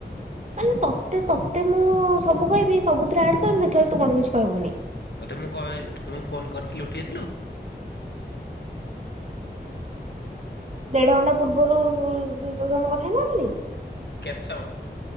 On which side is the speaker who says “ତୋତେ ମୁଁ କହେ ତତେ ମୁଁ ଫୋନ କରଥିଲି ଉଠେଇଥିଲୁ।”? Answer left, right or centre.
Left